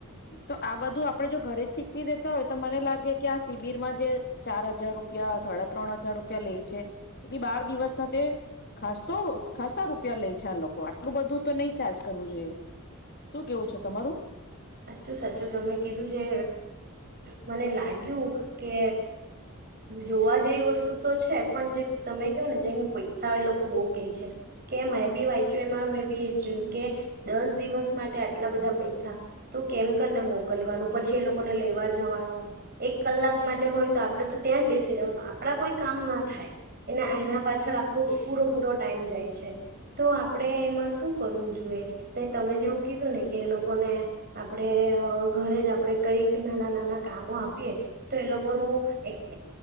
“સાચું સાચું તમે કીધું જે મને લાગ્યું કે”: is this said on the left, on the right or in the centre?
Right